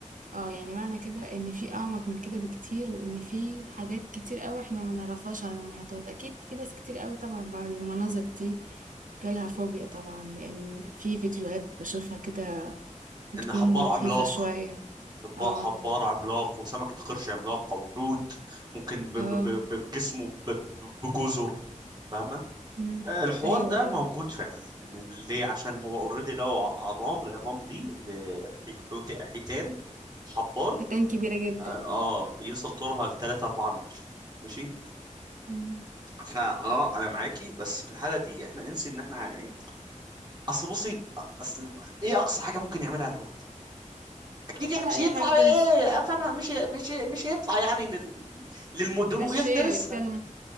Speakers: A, on the right; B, on the right.
A: اه يعني معنى كده ان في اعمق من كده بكتير وان في حاجات كتير قوي احنا ما نعرفهاش عن المحيطات اكيد في ناس كتير قوي طبعا بعد المناظر دي جالها فوبيا طبعا لان في فيديوهات بشوفها كده بتكون
B: ان حبار
A: مخيفة
B: عملاق
A: شوية
B: حب-
A: اه
B: حبار عملاق وسمكه قرش عملاقه وحوت ممكن ب- ب-
A: اه
B: ب- بجسمه ب- ب- بجزر فاهمه
A: مم.
B: الحوار
A: ايوه
B: ده
A: ايوه
B: موجود فعلا ان ليه عشان هو اوريدي لو ع- عظام العظام دي لحيتان حيتان حبار
A: حيتان كبيرة جدا
B: اه آه، بيصل طولها ل 3 4 متر ماشي
A: مم.
B: فا اه انا معاكي بس في الحاله دي احنا انسي ان احنا ع- ايه اصل بصي اصل ايه اقصى حاجه ممكن يعملها الحوت اكيد يعني
A: ولا
B: مش
A: اي
B: هيطلع
A: حاجة في ده
B: ايه
A: لسه
B: فاهمه مش مش مش هيطلع يعني لل... للمدن
A: ده
B: ويفترس
A: الشيء يقتلنا